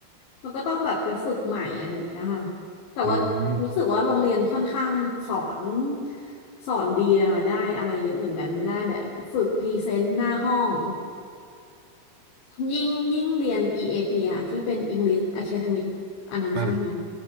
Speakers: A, on the left; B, on the right.
A: แล้วก็ต้องแบบไปฝึกใหม่อะไรอย่างเงี้ยค่ะแต่ว่ารู้สึกว่าโรงเรียนค่อนข้างสอน
B: อืม
A: สอนดีนะคะได้อะไรเยอะเหมือนกัน ได้แบบฝึกพรีเซนต์หน้าห้อง ยิ่งยิ่งเรียน EAP อพีอะที่เป็น English Academic อันนั้นใช่ไหมคะ
B: อ่า